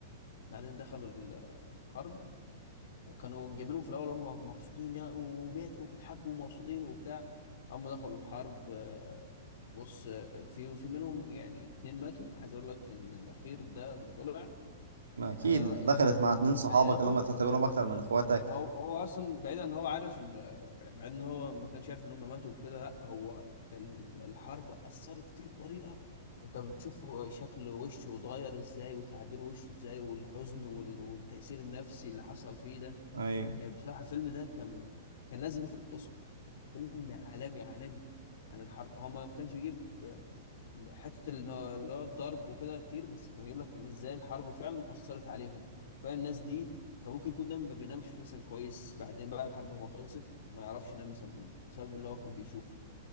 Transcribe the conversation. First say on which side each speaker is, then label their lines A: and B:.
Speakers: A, on the left (about 65°); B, on the right (about 80°).
A: بعدين دخل ال- الحرب كانوا جايبينهم في الاول هم مبسوطين يا- وبيت وبيضحكوا ومبسوطين وبتاع هم دخلوا الحرب آه، بص آه، في في منهم يعني اتنين ماتوا عايز اقول لك ان الاخير ده اللي طلع
B: ما اكيد
A: انا
B: انت
A: يعني
B: دخلت مع اتنين صحابك
A: حياته
B: اللي هم تعتبرهم اكتر من اخواتك
A: هو هو اصلا بعيد ان هو عارف ان بعيد ان هو ما كانش عارف ان هم ماتوا وكده لا هو ال- الحرب اثرت فيه بطريقه انت بتشوف هو شكل وشه اتغير ازاي وتعابير وشه ازاي والحزن وال- والتاثير النفسي اللي حصل فيه ده
B: ايوه
A: آه، بصراحة الفيلم ده كان كان لازم ياخد أوسكار كان فيلم عالمي عالمي عن الحرب هو ما كانش بيجيب آه، حتة اللي هو اللي هو الضرب وكده كتير بس كان بيجيب لك إن إزاي الحرب فعلا أثرت عليهم فعلا الناس دي كان ممكن يكون ده ما بينامش مثلا كويس بعدين بعد الحرب ما خلصت ما يعرفش ينام مثلا بسبب اللي هو كان بيشوفه